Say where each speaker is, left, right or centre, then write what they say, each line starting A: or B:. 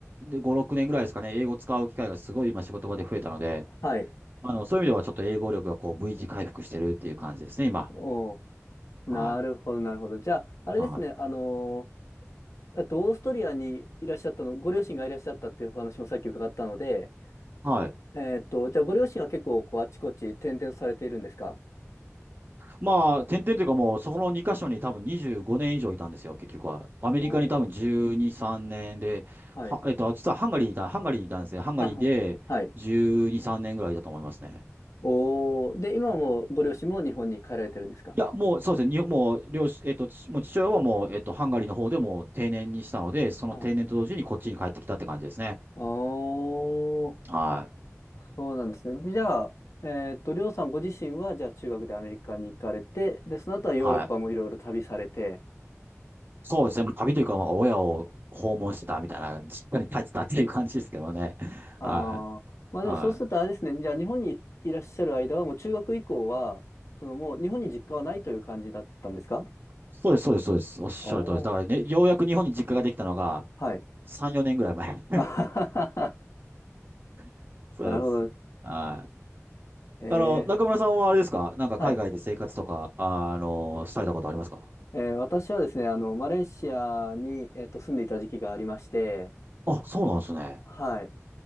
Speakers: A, on the right (about 40°); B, on the left (about 65°).
A: 5、6年ぐらいですかね、英語使う機会がすごい今仕事場で増えたので、
B: はい。
A: あの、そういう意味ではちょっと英語力がこう V 字回復してるっていう感じですね、今。
B: おお
A: はい。
B: なるほど、なるほど。じゃあ、あれですね、
A: はい。
B: あのえっと、オーストリアにいらっしゃったの、ご両親がいらっしゃったっていうお話もさっき伺ったので、
A: はい。
B: えっと、じゃあご両親は結構こうあちこち転々とされているんですか
A: まあ、点々というかもう、そこの2カ所に多分25年以上いたんですよ、結局は。アメリカに多分12、
B: おー
A: 3年で、
B: はい。
A: は、えっと、実はハンガリーにいた、ハンガリーにいたんですね。ハンガリーで12、
B: あ、はい。
A: 3年ぐらいだと思いますね。
B: おーで、今もご両親も日本に帰られてるんですか
A: いや、もうそうですね、日本もう両親、えっと、父もう父親はもう、えっと、ハンガリーの方でもう定年にしたので、その定年と同時にこっちに帰ってきたって感じですね。
B: はい。おー、
A: はい。
B: そうなんですね。じゃあ、えっと、りょうさんご自身は、じゃあ中学でアメリカに行かれて、で、その後はヨーロッパもいろいろ旅されて、
A: はい。そうですね、もう旅というか、まあ、親を訪問してたみたいな、
B: はい
A: 実家に帰ってたっていう感じですけどね。
B: ああ、
A: はい。
B: まあでもそうするとあれですね、
A: はい。
B: じゃあ日本にいらっしゃる間は、もう中学以降は、そのもう日本に実家はないという感じだったんですか
A: そうです、そうです、そうです。おっしゃる通りです。
B: ああ、
A: だからね、ようやく日本に実家ができたのが
B: はい。
A: 3、4年ぐらい前。
B: <laughs> あははは
A: <laughs> そうです。
B: なるほどです。
A: はい。
B: ええ、
A: あの、中村さんはあれですかなんか海外で生活とか、
B: はい。
A: あの、されたことありますか
B: えー、私はですね、あの、マレーシアに、えーと、住んでいた時期がありまして、
A: あ、そうなんですね。
B: はい。